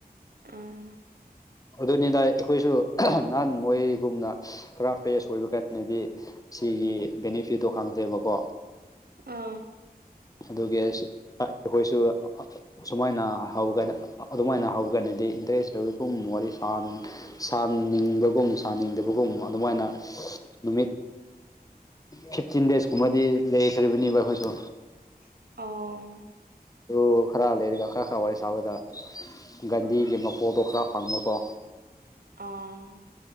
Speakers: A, on the right (about 70°); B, on the left (about 20°).
A: ꯑꯥ
B: ꯑꯗꯨꯅꯤꯗ ꯑꯩꯈꯣꯏꯁꯨ ꯅꯍꯥꯟ ꯃꯣꯏꯒꯨꯝꯅ ꯄꯨꯔꯥ ꯐ꯭ꯔꯦꯁ ꯑꯣꯏꯕ ꯀꯥꯟꯗꯗꯤ ꯁꯤꯒꯤ ꯕꯦꯅꯤꯐꯤꯠꯇꯣ ꯈꯪꯗꯦꯕꯀꯣ
A: ꯑꯥ
B: ꯑꯗꯨꯒꯤ ꯑꯩꯈꯣꯏꯁꯨ ꯁꯨꯃꯥꯏꯅ ꯍꯧꯒꯥꯏ ꯑꯗꯨꯃꯥꯏꯅ ꯍꯧ ꯀꯥꯏꯅꯗꯤ ꯏꯟꯇꯔꯦꯁ ꯂꯧꯋꯤꯒꯨꯝ ꯋꯥꯔꯤ ꯁꯥꯟ ꯁꯥꯅꯤꯡꯕꯒꯨꯝ ꯁꯥꯅꯤꯡꯗꯕꯒꯨꯝ ꯑꯗꯨꯃꯥꯏꯅ ꯅꯨꯃꯤꯠ ꯐꯤꯐꯇꯤꯟ ꯗꯦꯖꯀꯨꯝꯕꯗꯤ ꯂꯩꯈ꯭ꯔꯔꯤꯕꯅꯦꯕ ꯑꯩꯈꯣꯏꯁꯨ
A: ꯑꯣ
B: ꯑꯗꯨ ꯈꯔ ꯂꯩꯔꯒ ꯈꯔ ꯈꯔ ꯋꯥꯔꯤ ꯁꯥꯕꯗ ꯒꯟꯙꯤꯒꯤ ꯃꯄꯣꯠꯇꯣ ꯈꯔ ꯐꯪꯕꯀꯣ
A: ꯑꯥ